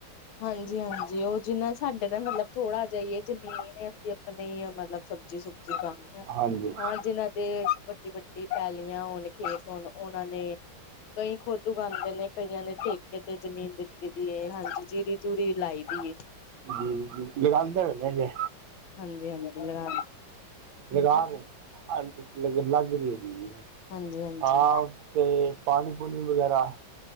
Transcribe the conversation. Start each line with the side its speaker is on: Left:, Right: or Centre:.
Left: ਹਾਂਜੀ- ਹਾਂਜੀ, ਉਹ ਜਿਨਾ ਸਾਡੇ ਦਾ ਮਤਲਬ, ਥੋੜਾ ਜਿਹਾ ਹੀ ਹੈ ਜ਼ਮੀਨ। ਅਸੀਂ ਆਪਣੀ ਹੀ ਮਤਲਬ। ਸਬਜ਼ੀ- ਸੁਬਜੀ ਗਾਉਂਦੀਆਂ ਆ।
Right: ਹਾਂਜੀ
Left: ਹਾਂ ਜਿਹਨਾਂ ਦੇ, ਵੱਡੀ ਵੱ। ਪੈਲੀਆਂ ਹੋੁਣ, ਖੇਸ ਹੁਣ, ਉਹਨਾਂ ਨੇ ਕਈ ਖੁਦ। ਉਗਾਉਂਦੇ ਨੇ, ਕਈਆਂ ਨੇ ਠੇਕੇ ਤੇ ਜ਼ਮੀਨ ਦਿੱਤੀ ਵੀ ਏ, ਹਾਂਜੀ। ਜੀਰੀ-ਜੂਰੀ ਲਾਈ ਦੀ ਏ।
Right: ਹੂੰ, ਲਗਾਉਂਦੇ ਹੋਦੇ ਹਜੇ।
Left: ਹਾਂਜੀ-ਹਾਂਜੀ, ਲਗਾਂਦੇ।
Right: ਲਗਾ ਰਹੇ, ਹਾਂਜੀ, ਲੱਗ ਰਹੀਂ ਏ ਜੀ।
Left: ਹਾਂਜੀ-ਹਾਂਜੀ
Right: ਹਾਂ। ਤੇ ਪਾਣੀ-ਪੂਣੀ ਵਗੈਰਾ?